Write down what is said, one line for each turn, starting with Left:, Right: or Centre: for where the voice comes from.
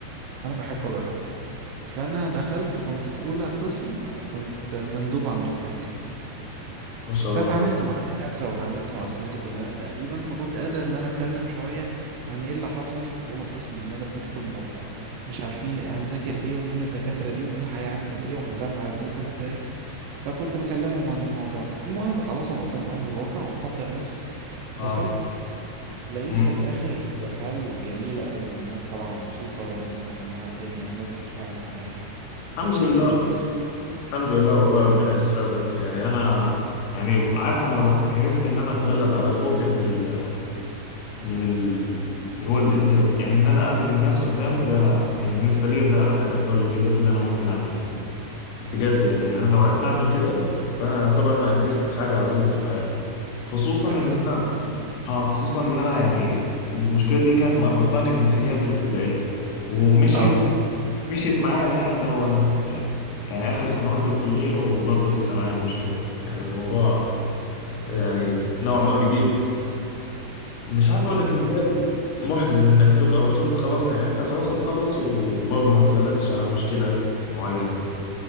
Right: انا بحب اجرب فانا دخلت كنت في اولى قسم كنت مندوب عن دفعتي
Left: ما شاء الله
Right: فاتعاملت مع دكاترة واتعاملت مع دفعتي كلها تقريبا فكنت قادر ان انا اتكلم شوية عن ايه اللي حصل في اولى قسم اننا بندخل بنبقى مش عارفين هنذاكر ايه ومين الدكاترة دي ومين هيعمل ايه وهنجمع الداتا ازاي فكنت بكلمهم عن الموضوع ده المهم خلاص انا قدام الامر الواقع ومحضر نفسي
Left: اه
Right: دخلت لقيت
Left: مم.
Right: في الاخر ردود افعال جميلة قوي والناس طالعة مبسوطة والناس مجمعة الدنيا والناس بتتفاعل معايا كان
Left: الحمد
Right: شيء
Left: لله
Right: جميل الصراحة
Left: الحمد لله والله ربنا ييسر لك يعني انا يعني عارف انا لو عرفت ان انا اتغلب على خوفي من ال من ال اللي هو الانترفيو يعني ان انا اقابل الناس قدامي ده يعني بالنسبه لي ده احد اكبر الانجازات اللي انا ممكن اعملها بجد يعني انا لو عرفت اعمل كده فانا اعتبر انا انجزت حاجه عظيمه في حياتي خصوصا
Right: أكيد
Left: ان انا
Right: طبعا
Left: اه خصوصا ان انا يعني المشكله دي كانت مأرقاني من ايام الابتدائيه ومشيت
Right: اه
Left: مشيت معايا لحد هو انا في يعني اخر سنوات الكليه وبرضه لسه معايا المشكله يعني الموضوع يعني نوعا ما بيجيب مش عارف اقول لك ازاي محزن انك تبقى وصلت خلاص يعني انت خلاص هتخلص وبرضه ما تغلبتش على مشكله معينه